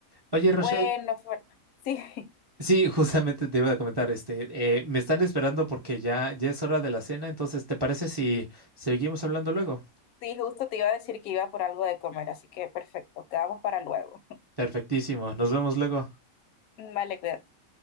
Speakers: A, on the right; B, on the left.
A: Oye, Rochelle,
B: Bueno, Fer- sí,
A: sí, <laughs> justamente te iba a comentar, este, eh, me están esperando porque ya, ya es hora de la cena, entonces, ¿te parece si seguimos hablando luego?
B: <laughs> sí, justo te iba a decir que iba por algo de comer, así que perfecto, quedamos para luego.
A: Perfectísimo, nos vemos luego.
B: <laughs> Vale, cuídate.